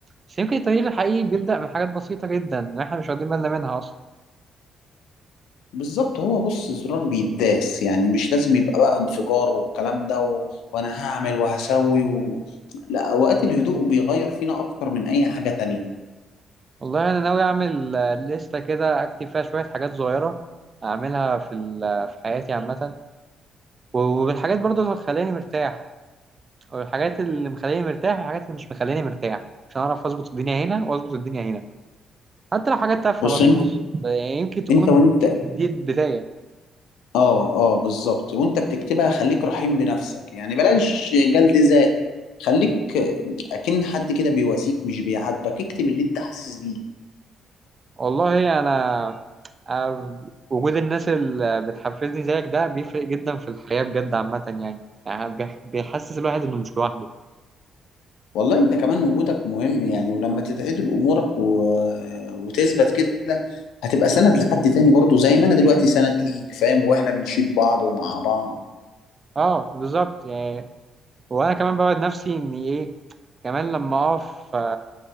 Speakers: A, on the right (about 35°); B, on the left (about 90°).
A: بس يمكن التغيير الحقيقي بيبدا من حاجات بسيطه جدا احنا مش واخدين بالنا منها اصلا
B: بالظبط هو بص زرار بيداس يعني مش لازم يبقى بقى انفجار والكلام ده و... وأنا هعمل وهسوي و... لا أوقات الهدوء بيغير فينا أكتر من أي حاجة تانية
A: والله انا ناوي اعمل آه، لستة كده اكتب فيها شويه حاجات صغيره اعملها في ال- في حياتي عامه وبالحاجات برضو اللي هتخليني مرتاح والحاجات اللي مخليني مرتاح والحاجات اللي مش مخليني مرتاح عشان اعرف اظبط الدنيا هنا واظبط الدنيا هنا حتى لو حاجات تافهه
B: بص
A: برضه
B: أنت
A: ب- يمكن تكون
B: أنت وأنت
A: دي البدايه
B: اه اه بالظبط وانت بتكتبها خليك رحيم بنفسك يعني بلاش جلد ذات خليك اكن حد كده بيواسيك مش بيعاتبك اكتب اللي انت حاسس بيه
A: والله انا أنا وجود الناس اللي بتحفزني زيك ده بيفرق جدا في الحياه بجد عامه يعني يعني بيح- بيحسس الواحد انه مش لوحده
B: والله انت كمان وجودك مهم يعني ولما تتعدل امورك و... وتثبت كده هتبقى سند لحد تاني برضه زي ما انا دلوقتي سند ليك فاهم واحنا بنشيل بعض ومع بعض
A: اه بالظبط يعني وانا كمان بوعد نفسي اني ايه كمان لما اقف